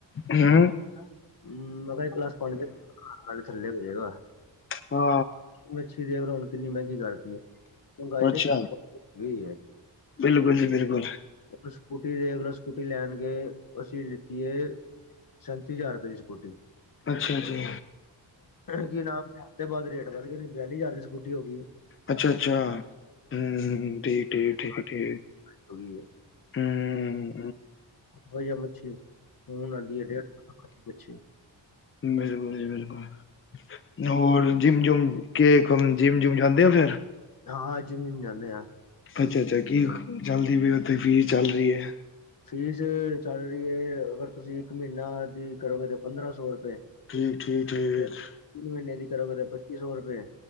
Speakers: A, on the left; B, on the left.
A: ਹੂੰ
B: <unintelligible> ਹੂੰ, ਮਗਰ ਇੱਕ ਗਲਾਸ ਪਾਣੀ ਦਾ, ਨਾਲੇ ਥੱਲੇ ਹੋਜੇਗਾ।
A: ਹਾ
B: ਮੱਛੀ ਦੇਖਲੋ ਹੁਣ ਕਿੰਨੀ ਮਹਿੰਗੀ ਕਰਤੀ ਐ, ਮਹੰਗਾਈ ਤੇ
A: ਅੱਛਾ
B: ਚਲੋ ਗਈ ਏ।
A: ਬਿਲਕੁਲ ਜੀ, ਬਿਲਕੁਲ।
B: ਓ ਸਕੂਟਰੀ ਦੇਖਲੋ, ਸਕੂਟੀ ਲੈਣ ਗਏ, ਅਸੀਂ ਲਿੱਤੀਏ ਸੈਂਤੀ ਹਜ਼ਾਰ ਰੁਪਏ ਦੀ ਸਕੂਟੀ।
A: ਅੱਛਾ-ਅੱਛਾ
B: ਕਿ ਨਾਮ, ਹਫ਼ਤੇ ਬਾਅਦ ਰੇਟ ਵੱਧ ਗਏ ਨੇ, ਬਿਆਲੀ ਹਜ਼ਾਰ ਦੀ ਸਕੂਟੀ ਹੋਗੀ ਏ‌।
A: ਅੱਛਾ-ਅੱਛਾ, ਹੂੰ, ਠੀਕ-ਠੀਕ- ਠੀਕ-ਠੀਕ।
B: ਹਰ ਚੀਜ਼ ਹੋ ਗਈ ਹੈ
A: ਹੂੰ
B: ਵਧੀਆ ਮੱਛੀ, ਹੁਨ ਆਂਦੀ ਏ, ਡੇਢ ਸੋ <inaudible> ਮੱਛੀ
A: ਬਿਲਕੁਲ ਜੀ, ਬਿਲਕੁਲ। ਹੋਰ, ਜਿੰਮ-ਜੁਮ ਕੇ, ਜਿੰਮ-ਜੁੰਮ ਜਾਂਦੇ ਓ, ਫਿਰ?
B: ਹਾਂ, ਜਿੰਮ-ਜੁੰਮ ਜਾਂਨੇੇ ਆਂ।
A: ਅੱਛਾ-ਅੱਛਾ, ਕੀ ਚੱਲਦੀ ਪਈ ਉੱਥੇ ਫੀਸ ਚੱਲ ਰਹੀ ਏ?
B: ਫੀਸ ਚੱਲ ਰਹੀ ਏ, ਅਗਰ ਤੁਸੀਂ ਇੱਕ ਮਹੀਨਾ ਦੀ ਕਰੋਗੇ ਤਾ ਪੰਦਰਾਂ ਸੋ ਰੁਪਏ।
A: ਠੀਕ-ਠੀਕ-ਠੀਕ।
B: ਤੇ ਤਿੰਨ ਮਹੀਨੇ ਦੀ ਕਰੋਗੇ ਤੇ ਪੱਚੀ ਸੌ ਰੁਪਏ,